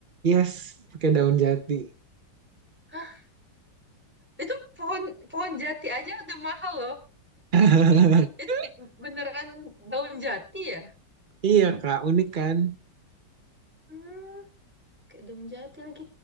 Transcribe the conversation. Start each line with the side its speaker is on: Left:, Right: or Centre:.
Right: Yes, pakai daun jati.
Centre: Hah, itu pohon pohon jati aja udah mahal loh.
Right: <laughs>
Centre: Itu beneran daun jati ya?
Right: Iya, Kak, unik kan?
Centre: Hmm. Kedung jati lagi.